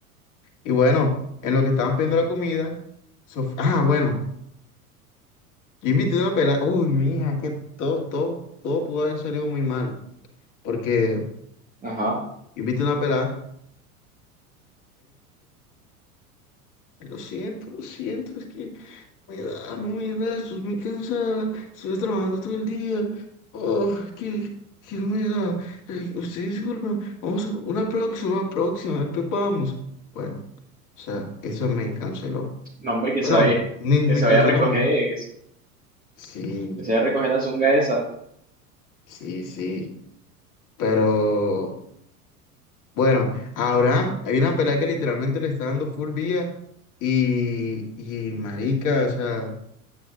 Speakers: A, on the left; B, on the right.
A: y bueno, en lo que estábamos pidiendo la comida, Sof- ah, bueno, yo invité una pelada, uy, mija, es que todo, todo, todo pudo haber salido muy mal, porque
B: Ajá.
A: yo invité una pelada, Lo siento, lo siento, es que no me da, no me da, estoy muy cansada, estuve trabajando todo el día. Oh, que, que no me da. Eh, usted disculpa, vamos a una próxima, una próxima, después vamos. Bueno, o sea, eso me canceló.
B: No, hombre, que se
A: no
B: vaya,
A: ni me
B: que se
A: canceló,
B: vaya a recoger,
A: me.
B: que se
A: Sí,
B: que se vaya a recoger la zunga esa.
A: sí, sí. Pero bueno, a Abraham, hay una pelea que literalmente le está dando full vía y, y marica, o sea.